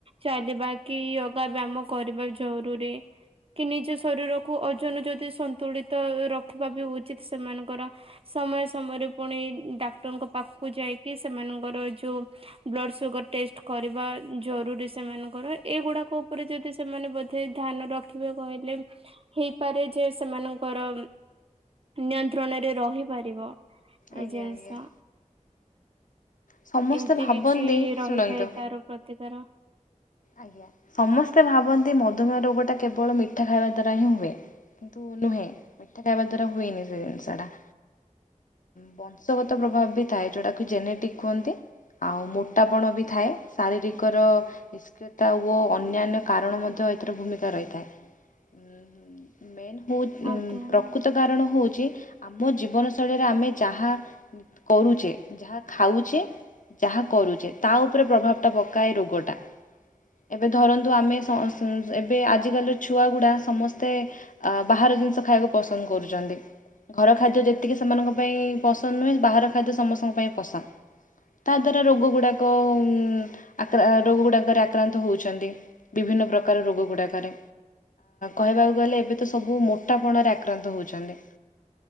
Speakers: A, on the right (about 45°); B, on the left (about 80°).
A: ଚାଲିବା କି ଯୋଗା ବ୍ୟାୟମ କରିବା ଜରୁରୀ। କି ନିଜ ଶରୀରକୁ ଓଜନ ଯଦି ସନ୍ତୁଳିତ ରଖିବା ବି ଉଚିତ ସେମାନଙ୍କର ସମୟ ସମୟରେ ପୁଣି ଡାକ୍ତରଙ୍କ ପାଖକୁ ଯାଇକି ସେମାନଙ୍କର ଯୋଉ ବ୍ଲଡ଼ ସୁଗର ଟେଷ୍ଟ କରିବା ଜରୁରୀ ସେମାନଙ୍କର ଏଗୁଡାକ ଉପରେ ଯଦି ସେମାନେ ବୋଧେ ଧ୍ୟାନ ରଖ। ରଖିବ କହିଲେ ହେଇପାରେ ଯେ ସେମାନଙ୍କର ନିୟନ୍ତ୍ରଣରେ ରହିପାରିବ।
B: ଆଜ୍ଞା
A: ଏ ଜିନିଷ
B: ଆଜ୍ଞା। ସମସ୍ତେ
A: ଏମିତି
B: ଭାବନ୍ତି
A: କିଛି ରହିଥାଏ
B: ଶୁଣନ୍ତୁ
A: ତା ତାର ପ୍ରତିକାର।
B: ଆଜ୍ଞା ସମସ୍ତେ ଭାବନ୍ତି ମଧୁମେହ ରୋଗ ଟା କେବଳ ମିଠା ଖାଇବା ଦ୍ଵାରା ହିଁ ହୁଏ। କିନ୍ତୁ ନୁହେଁ ମିଠା ଖାଇବା ଦ୍ଵାରା ହୁଏନି ସେ ଜିନିଷ ଟା ବଂଶଗତ ପ୍ରଭାବ ବି ଥାଏ ଯୋଉଟା କି ଜେନେଟିକ୍ କୁହନ୍ତି। ଆଉ ମୋଟାପଣ ବି ଥାଏ ଶାରୀରିକର ଓ ଅନ୍ୟାନ୍ୟ କାରଣ ମଧ୍ୟ ଏଥିର ଭୂମିକା ରହିଥାଏ ମେନ ହ
A: ଆଜ୍ଞା ଆଜ୍ଞା
B: ପ୍ରକୃତ କାରଣ ହଉଛି ଆମ ଜୀବନ ଶୈଳୀରେ ଆମେ ଯାହା କରୁଛେ ଯାହା ଖାଉଛେ ଯାହା କରୁଛେ ତା ଉପରେ ପ୍ରଭାବ ଟା ପକାଏ ରୋଗ ଟା। ଏବେ ଧରନ୍ତୁ ଆମେ ଏବେ ଆଜିିକାଲି ଛୁଆ ଗୁଡା ସମସ୍ତେ ବାହାର ଜିନିଷ ଖାଇବାକୁ ପସନ୍ଦ କରୁଛନ୍ତି ଘର ଖାଦ୍ୟ ଯେତିକି ସେମାନଙ୍କ ପାଇଁ ପସନ୍ଦ ନୁହେଁ ବାହାର ଖାଦ୍ୟ ସମସ୍ତଙ୍କ ପାଇଁ ପସନ୍ଦ। ତା ଦ୍ୱାରା ରୋଗଗୁଡାକରେ ଆକ୍ରାନ୍ତ ହଉଛନ୍ତି ବିଭିନ୍ନ ପ୍ରକାର ରୋଗଗୁଡାକରେ କହିବାକୁ ଗଲେ ଏବେ ତ ସବୁ ସବୁ ମୋଟାପଣରେ ଆକ୍ରାନ୍ତ ହେଉଛନ୍ତି।